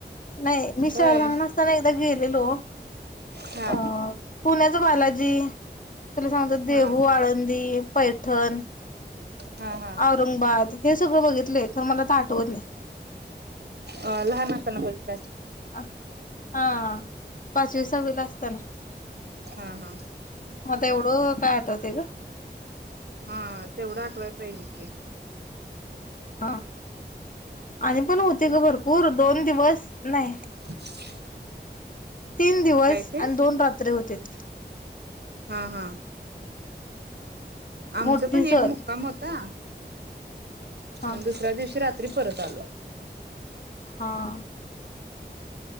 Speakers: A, on the left; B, on the right.
A: नाही मी
B: होय
A: शा लहान असताना एकदा गेलेलो
B: हा
A: अ पुण्याच बालाजी तुला सांगतो. देहू
B: हा
A: आळंदी पैठण
B: हा हा
A: औरंगाबाद हे सगळं बघितलंय खर मला तर आठवत नाही.
B: अ लहान असताना बघित.
A: अ हा पाचवी सहावी ला असताना.
B: हा हा
A: मग आता एवढं काय आठवतय गं.
B: हा तेवढं आठवायला पाहिजे की.
A: हा आणि पण होते ग भरपूर दोन दिवस नाही.
B: <inaudible>
A: तीन दिवस
B: काय ते
A: आणि दोन रात्री होतीत.
B: हा -हा. आमचा
A: मोठी
B: पण एक
A: सहल.
B: मुक्काम होता.
A: हा
B: आणि दुसऱ्या दिवशी रात्री परत आलो.
A: हा.